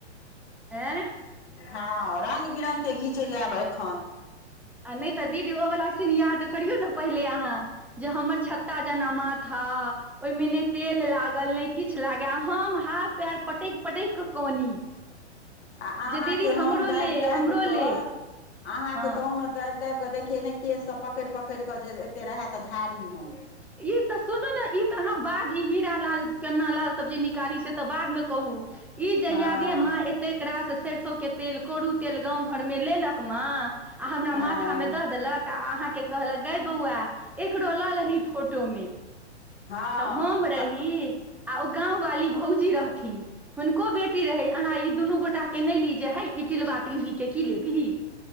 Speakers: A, in the centre; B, on the left (about 70°).
A: आँ
B: हँ रंग बिरंग के घिचै ये आब एखन
A: आ नहि तऽ दीदी ओ वला सीन याद करियौ ने पहिले अहाँ जे हमर छत्ता जना माथा ओहिमे ने तेल लागल नहि किछु लागै हम हाथ पएर पटकि पटकि कऽ कनी
B: आ अहाँके
A: जे दीदी
B: हम
A: हमरो
B: दाबि
A: ले
B: दाबिकऽ
A: हमरो ले
B: अहाँके
A: हँ
B: तहुमे दाबि दाबिकऽ देखिय नहि केशसँ पकड़ि पकड़ि कऽ जे एते रहै तऽ झाड़ी होम
A: ई तऽ सुनू ने ई तऽ अहाँ बाद ई हीरा लाल केना लाल सब्जी निकाली से तऽ बादमे कहू ई जहिया
B: हँ
A: देमाँ तेक रास सरसो के तेल कोू तेल गाँव घरमे लेलक माँ आ हमरा
B: हँ
A: माथा में द देलक आ अहाँ के कहलक गे बौआ एकरो लऽ लही फोटो मे
B: हँ
A: तऽ हम रही
B: तऽ
A: आ ओ गाँव वाली भौजी रहथिन हुनको बेटी रहै अहाँ ई दुनू गोटाके नहि ली जे हे ई टिलबा टिलवी की लेबही